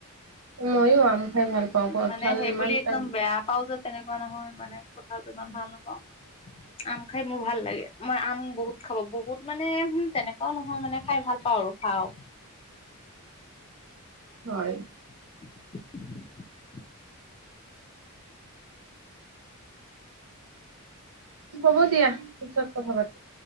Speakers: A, on the right; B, on the left.
A: ময়ো আম খাই ভাল পাওঁ কঠাল
B: মানে সেইবুলি
A: ইমান এটা
B: একদম বেয়া পাওঁ যে, তেনেকে কুৱা নহয় মানে, কঁঠালটো ইমান ভাল নাপাওঁ। আম খাই মোৰ ভাল লাগে। মই আম বহুত খাব, বহুত মানে তেনেকুৱাও নহয় মানে। খাই ভাল পাওঁ আৰু খাওঁ।
A: হয়
B: <inaudible>
A: হ'ব দিয়া পিছত কথা পাতিম